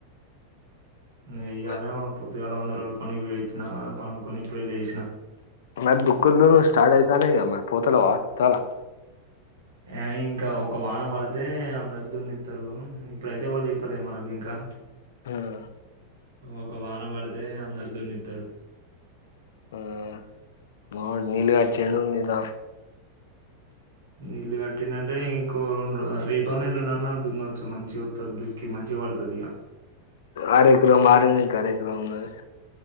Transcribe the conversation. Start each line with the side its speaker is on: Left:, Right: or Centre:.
Right: న ఇ్యళ్నే
Left: మరి
Right: పొద్దుగాేలా ఉ జుల పని వేచ్చిన పనుకొని ఇప్పుడే లేస్
Left: మ దుఃఖదు స్టార్ట్ యి గా మరి పోతల వా చలా
Right: ఆ ఇంకా ఒక వానం వాడితే అందరు దున్నిస్తారు ఇప్పుడైతే వాళ్ళు చెప్పలే మనకు ఇంకా
Left: ఉమ్
Right: ఒక వాన పడితే అందరు దున్నిస్తారు
Left: ఉమ్మ్ మావోడు నీలుగాచ్చిన్నందదా
Right: నీళ్లు కట్టింది అంటే ఇంకో రెండు రేపన్న ఇల్లున్నానా దున్నొచ్చు మంచి వ దుక్కి మంచిగా పడుతుంది ఇక
Left: అరకరం పాడింది ఇంకా అరెకరం ఉన్నది